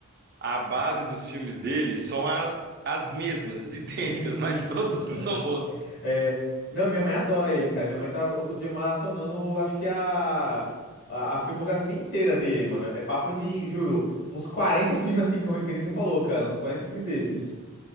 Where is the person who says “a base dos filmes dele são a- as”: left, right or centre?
Right